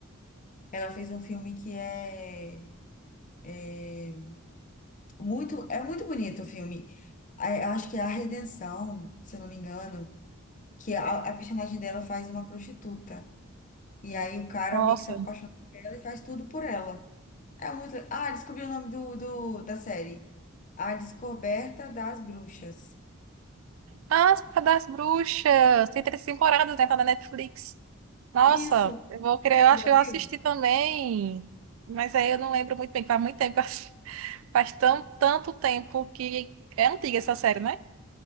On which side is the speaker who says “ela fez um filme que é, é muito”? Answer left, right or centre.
Left